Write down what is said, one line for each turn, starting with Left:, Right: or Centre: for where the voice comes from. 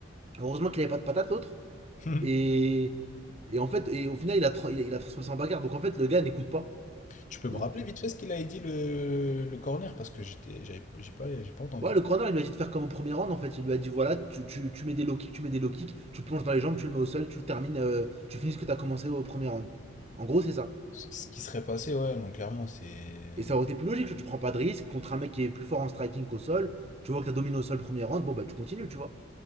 Right: Heureusement qu'il avait pas de patate l'autre.
Left: <laughs>
Right: Et, et en fait, et au final, il a, il a, il a transformé ça en bagarre. Donc en fait, le gars n'écoute pas.
Left: Tu peux me
Right: Euh,
Left: rappeler vite fait ce qu'il a dit le, le corner, parce que j'étais, j'avais, j'ai pas, j'ai pas entendu.
Right: Ouais, le corner, il lui a dit de faire comme au premier round. En fait, il lui a dit voilà, tu, tu, tu mets des low kicks, tu mets des low kicks, tu plonges dans les jambes, tu le mets au sol, tu le termines, euh, tu finis ce que tu as commencé au premier round. En gros, c'est ça.
Left: Ce ce qui serait passé, ouais, non, clairement, c'est.
Right: Et ça aurait été plus logique, tu prends pas de risque contre un mec qui est plus fort en striking qu'au sol. Tu vois que t'as dominé au sol premier round, bon bah tu continues, tu vois.